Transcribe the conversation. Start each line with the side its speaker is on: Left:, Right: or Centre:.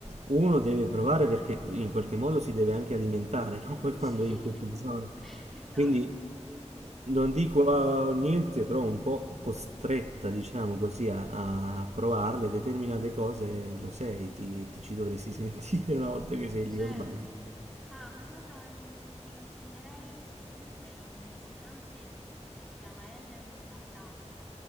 Right: uno deve provare perché in qualche modo si deve anche alimentare, no? <laughs> Poi
Centre: <laughs>
Right: quando
Centre: Sì,
Right: è
Centre: <laughs>
Right: in questa zona.
Centre: esatto.
Right: Quindi non dico eh, niente, però un po' costretta, diciamo così, a, a provarle determinate cose, lo sei, ti, ti ci dovresti <laughs> sentire una volta che sei lì
Centre: Certo.
Right: o sbaglio.
Centre: Ah, una cosa, mhmm, che ti consiglierei sicuramente è un ristorante che si chiama Ellen Stardust